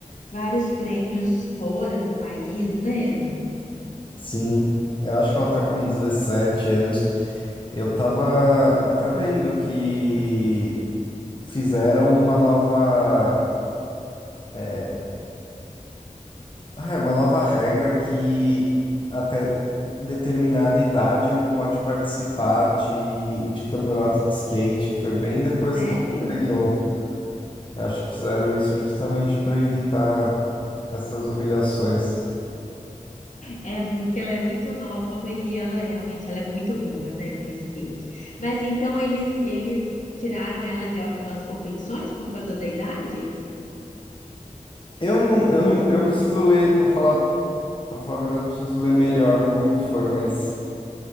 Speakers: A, on the left; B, on the left.
A: vários prêmios fora do país, né?
B: <laughs> Sim, eu acho que ela tá com 17 anos. Eu tava até vendo que fizeram uma nova. eh, Ah, é uma nova regra que até determinada idade não pode participar de, de campeonato de skate, que foi bem depois
A: Sério?
B: que ganhou. Eu acho que fizeram isso justamente para evitar essas humilhações.
A: É, porque ela é muito nova e ela realmente ela é muito boa, né, no skate. Mas então eles eles tiraram ela de algumas competições por causa da idade?
B: Eu não, eu não, eu preciso ler para falar, para falar a verdade, eu preciso ler melhor como que foi, mas